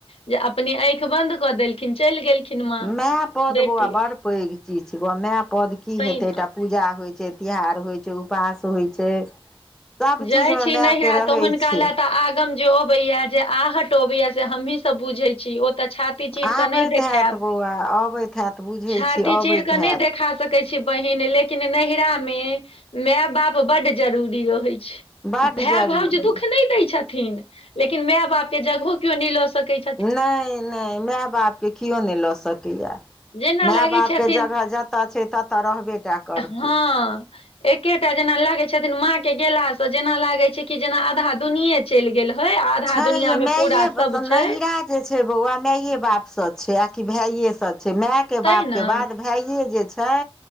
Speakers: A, on the left; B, in the centre.
A: जे अपने आँखि बंद कऽ देलखिन, चलि गेलखिन। माँ
B: माए पद
A: बेटी
B: बौआ बड़ पैघ चीज छै, बौआ माए पद की
A: तहिना
B: हेतै, एकटा पूजा होइत छै, तिहार होइत छै, उपास होइत छै। सभ
A: जाइ
B: चीजमे
A: छी
B: मायके
A: नहरा,
B: रहै
A: त हुनका
B: छै
A: ले आगम जे अबैया, जे आहट अबैया से, हमहीं सब बुझै छी। तऽ छाती चीर
B: आबैत
A: कऽ नहि देखायब,
B: हैत बौआ अबैत हैत बुझै
A: छाती
B: छी अबैत
A: चीर कऽ
B: हैत
A: नहि देखा सकै कहै छी बहिन, लेकिन नैहरा मे माय -बाप बड्ड जरूरी रहै छै।
B: बड्ड
A: भय
B: जरूरी
A: -भाउज दुःख नहि दै छथिन, लेकिन माय -बापके जगहो केओ नहि लऽ सकैत छथि।
B: नहि -नहि माय बापके किओ नहि लऽ सकैए।
A: जेना
B: माय-
A: लागै
B: बाप
A: छथिन
B: के जगह जेत छै, ततऽ रहबे टा करतै
A: हँ। एकेटा जेना लागे छथिन, माँ के गेला से, जेना लागे छै कि, जेना आधा दुनिये चलि गेल होइ, आधा
B: छै
A: दुनिया
B: जे मायए
A: में पूरा सब
B: नैहरा
A: छै।
B: जे छै बौआ, मायए बाप से छै, आ कि भाये से छै, माय के
A: तै
B: बाप
A: ने
B: के बाद, भाय भाये जे छै,